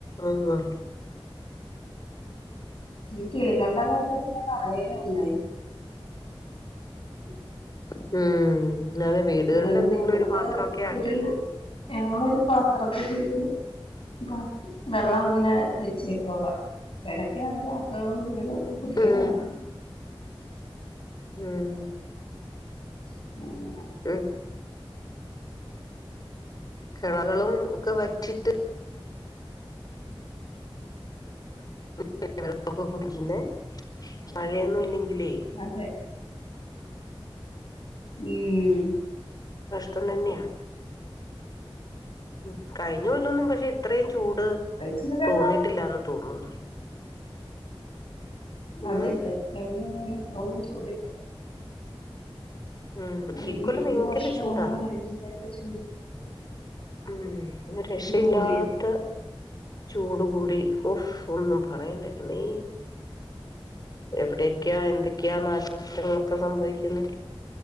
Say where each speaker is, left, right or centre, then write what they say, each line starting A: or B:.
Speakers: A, on the left; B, on the left.
A: ഉം
B: ഈ കിളികള്ടെ കാര്യം പിന്നെ പറയേവേണ്ട. <unintelligible>
A: ഉം അതെ വീടുകളിൽ
B: അതോണ്ട്
A: എന്തെങ്കിലും
B: ഞങ്ങള്
A: ഒരു പാത്രമൊക്കെ ആക്കി
B: ഒരു ഞങ്ങളൊരു പാത്രത്തിലിരുന്ന് ബ വെള്ളം അങ്ങനെ വെച്ചേക്കു അവിട. എടയ്ക്ക് വന്നതാ <unintelligible> <unintelligible> കുടിക്കണ
A: ഉം
B: കാണാം
A: ഉം
B: <unintelligible>
A: ഇം കെളകളും ഒക്ക വറ്റീട്ട് <unintelligible> കുടിക്ക്ന്നെ മഴയൊന്നും ഇല്ല ഇല്ലെ
B: അതെ ഉം
A: ത്തം തന്നെയാ ഉം കഴിഞ്ഞ കൊല്ലോന്നും പക്ഷെ ഇത്രേം ചൂ ചൂട്
B: ഇപ്പ ഇച്ചിരി വെള്ളം
A: തോന്നിട്ടില്ലാന്ന് തോന്നുന്നു
B: അതേയതെ
A: ഉം
B: കഴിഞ്ഞ കൊല്ലോന്നും ഇത്രോ ചൂട്
A: ഉം
B: അയ്
A: ഇക്കൊല്ലം ഭയങ്കര
B: ഈ വർഷവാണ്
A: ചൂടാ
B: വല്തായിട്ട് ചൂട് കൂടിയെ
A: ഉം മ് രക്ഷയില്ലാത്ത
B: കൂടിയത്
A: ചൂട് കൂടി ഉഫ് ഒന്നും പറയണ്ട എൻ്റെമ്മേ എവിടെക്കെയാ എന്തക്കെയാ നാശനഷ്ടങ്ങളൊക്കെ സംഭവിക്കുന്നെ